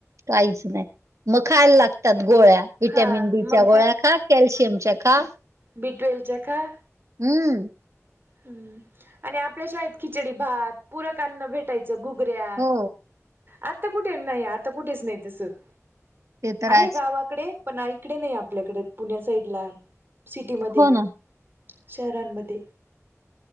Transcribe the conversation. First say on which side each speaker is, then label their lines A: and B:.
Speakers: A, on the right (about 65°); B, on the right (about 45°).
A: काहीच नाही. मग खायला लागत तात गोळ्या विटॅमिन
B: हा
A: डी
B: मग
A: च्या गोळ्या खा, कॅल्शियमच्या खा
B: बिटवेलच्या खा.
A: हम्म.
B: हम्म, आणि आपल्या शाळेत खिचडी भात पूरक अन्न भेटायचं घुगऱ्या.
A: हो,
B: आता कुठेच नाही. आता कुठेच नाही दिसत.
A: ते तर
B: आहे
A: आहेच.
B: गावात डे पण इकडे नाही आपल्याकडे पुण्या साईडला, सिटीमध्ये
A: हो ना.
B: शहरांमध्ये.